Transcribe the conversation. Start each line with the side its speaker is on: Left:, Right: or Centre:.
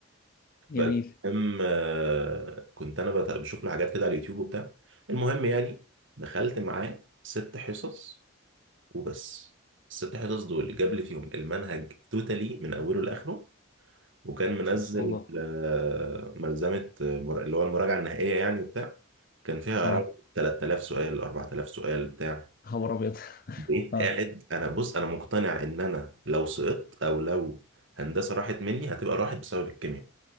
Left: جميل
Right: فالمهم آه، كنت انا بت- بشوف له حاجات كده على اليوتيوب وبتاع المهم يعني دخلت معاه ست حصص وبس الست حصص دول جاب لي فيهم المنهج توتالي من اوله لاخره وكان منزل
Left: ما شاء الله
Right: آه، ملزمه آه، مر- اللي هو المراجعه النهائيه يعني وبتاع كان فيها
Left: اه
Right: حوالي 3000 سؤال 4000 سؤال بتاع
Left: خبر ابيض <laughs>
Right: بقيت
Left: اه
Right: قاعد انا بص انا مقتنع ان انا لو سقطت او لو هندسه راحت مني هتبقى راحت بسبب الكيمياء